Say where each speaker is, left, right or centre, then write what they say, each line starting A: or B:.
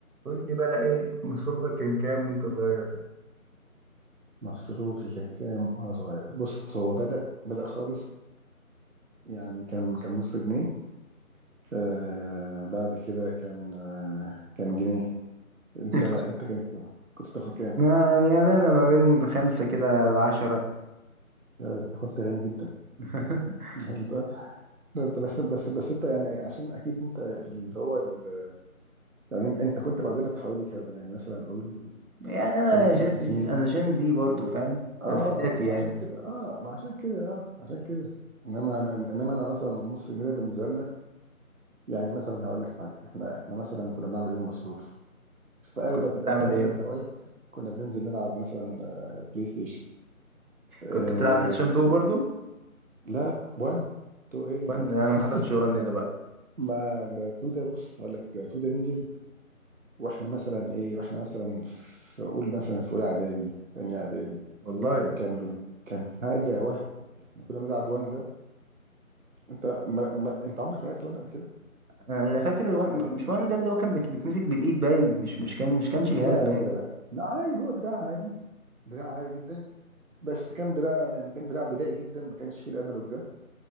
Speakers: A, on the right; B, on the right.
A: قول لي بقى ايه <laughs> مصروفك كان كام وانت صغير
B: مصروفي كان كام وانا صغير بص هو بدأ بدأ خالص يعني كان كان نص جنيه آه بعد كده كان آه كان جنيه انت
A: <laughs>
B: انت كان كنت بتاخد كام؟
A: يعني يعني انا ما بين خمسة كده لعشرة
B: يا ده انت كنت غني جدا
A: <laughs>
B: <laughs> انت ده انت بس بس بس انت يعني عشان اكيد انت في اللي هو ال... يعني انت كنت بعدنا بحوالي كام يعني مثلا اقول
A: يعني انا
B: خمس
A: جن...
B: ست سنين
A: انا جن زي برضو فاهم
B: اه
A: الفيناتي
B: فعشان
A: يعني
B: كده اه ما عشان كده اه عشان كده انما انا انما انا مثلا النص جنيه ده بالنسبه لنا يعني مثلا هقول لك حاجه احنا احنا مثلا كنا بنعمل ايه بالمصروف في اغلب
A: كنت بتعمل
B: الأو... اغلب
A: ايه
B: الاوقات كنا بننزل نلعب مثلا آه، بلاي ستيشن آه...
A: كنت بتلعب بلاي ستيشن 2 برضو
B: لا 1 2 ايه
A: وان انا
B: <laughs>
A: ما حضرتش وان ده بقى
B: ما ده تو ده بص هقول لك ده تو ده نزل واحنا مثلا ايه واحنا مثلا في قول مثلا في اولى اعدادي تانية اعدادي
A: والله
B: كان بن... كان حاجه وهم احنا كنا بنلعب وان ده انت ما... ما... انت عمرك ما لعبت وان قبل كده؟
A: انا اللي فاكر الوان... مش وان ده اللي هو كان بت... بتمسك بالايد باين مش مش كان مش كانش جهاز
B: لا
A: باين
B: لا لا لا لا عادي هو دراع عادي دراع عادي جدا بس كان دراع يعني كان دراع بدائي جدا ما كانش فيه الانالوج ده